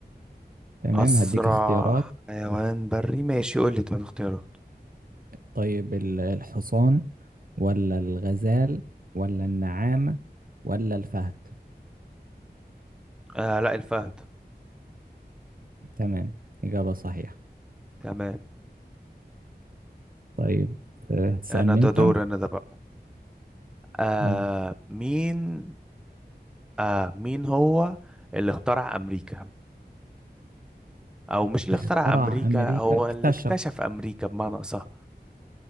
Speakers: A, on the right; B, in the centre.
A: تمام
B: اسرع
A: هديك اختيارات
B: حيوان بري ماشي قول لي طب اختيارات
A: طيب ال- الحصان ولا الغزال ولا النعامة ولا الفهد
B: آه لا الفهد
A: تمام إجابة صحيحة
B: تمام
A: طيب آه، هتسألني
B: انا ده
A: انت
B: دور انا ده بقى آه
A: اه
B: مين آه مين هو اللي اخترع امريكا او مش اللي
A: اخترع
B: اخترع امريكا
A: امريكا
B: هو
A: اكتشف
B: اللي اكتشف امريكا بمعنى اصح